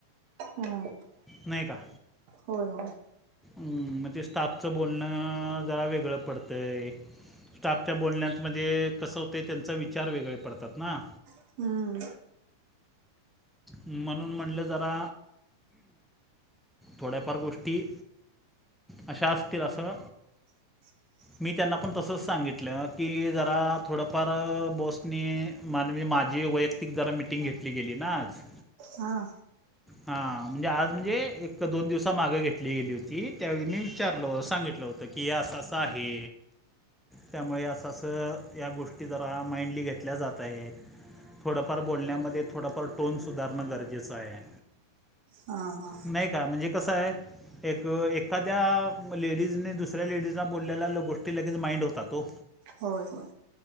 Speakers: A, on the right; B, in the centre.
A: हा‌.
B: नाही का?
A: होय होय.
B: मंग ते स्टाफचं बोलणं जरा वेगळं पडतंय. स्टाफच्या बोलण्यात म्हणजे कसं होते त्यांचा विचार वेगळे पडतात ना.
A: हम्म.
B: म्हणून म्हटलं जरा थोड्याफार गोष्टी अशा असतील असं.
A: <inaudible>
B: मी त्यांना पण तसंच सांगितलं की जरा थोडंफार बोसनी मानवी माझी व तिक जरा मीटिंग घेतली गेली ना आज.
A: हा.
B: हा. म्हणजे आज म्हणजे एक दोन दिवसामाग घेतली गेली होती त्यावेळी मी विचारल सांगितलं होतं. त की आस अस आहे. त्यामुळे असं असं या गोष्टी जरा माइंडली घेतल्या जात आहेत. थोडंफार बोलण्यामध्ये थोडंफार टोन सुधारणं गरजेचं आहे.
A: हां हा
B: नाही का? म्हणजे कसं आहे. एक एखाद्या लेडीजने दुसऱ्या लेडीजला बोललेला गोष्टी लगेच माइंड होता ओ.
A: होय होय.